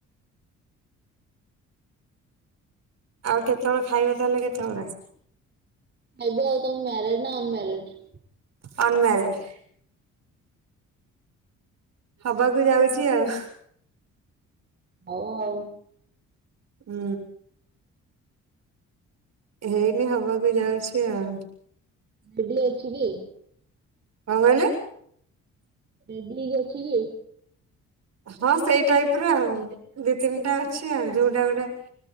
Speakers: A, on the right; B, on the right.
A: ଆଉ କେତେବେଳେ ଖାଇବା ତାହେଲେ କେତେବେଳେ?
B: ଖାଇବୁ ଆଉ ତମେ ମ୍ୟାରେଡ ନା ଅନମ୍ୟାରେଡ?
A: ଅନମ୍ୟାରେଡ। ହବାକୁ ଯାଉଛି ଆଉ।
B: ହଉ ଆଉ।
A: ହୁଁ। ହେଇନି ହବାକୁ ଯାଉଛି ଆଉ।
B: ନେଗ୍ଲେ ଅଛି କି?
A: କ କହିଲେ?
B: ରେଡି ହେଇକି ଅଛି କି?
A: ହଁ ସେଇ ଟାଇପର ଆଉ ଦି ତିନିଟା ଅଛି ଆଉ ଯୋଉଟା ଗୋଟେ